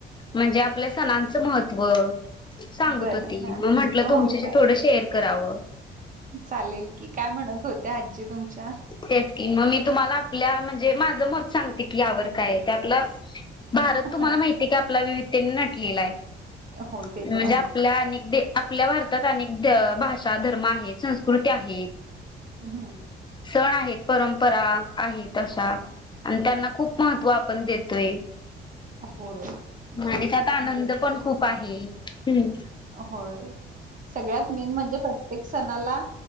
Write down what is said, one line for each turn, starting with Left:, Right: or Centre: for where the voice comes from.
Left: म्हणजे आपल्या सणांचं महत्त्व सांगत
Right: बरं
Left: होती
Right: हा
Left: मग म्हटलं तुमच्याशी
Right: होय काय
Left: थोडं शेअर करावं.
Right: चालेल की काय म्हणत होत्या आजी तुमच्या
Left: तेच कि मग मी तुम्हाला आपल्या म्हणजे माझ मत सांगते की यावर कायआहे ते आपलं भारत तुम्हाला
Right: हा
Left: माहिती हाय आपला विविध विविधतेने नटलेला आहे
Right: होय ते
Left: म्हणजे
Right: तर आहेत
Left: आपल्या अनेक आपल्या भारत भारतात अनेक भाषा धर्म आहेत संस्कृती आहेत.
Right: हा
Left: सण आहेत परंपरा आहे. तशा आणि त्यांना खूप महत्व आपण देतोय.
Right: होय तेच
Left: आणि त्यात आनंद
Right: म्हणजे
Left: पण खूप आहे. हं
Right: होय सगळ्यात मेन म्हणजे प्रत्येक सणाला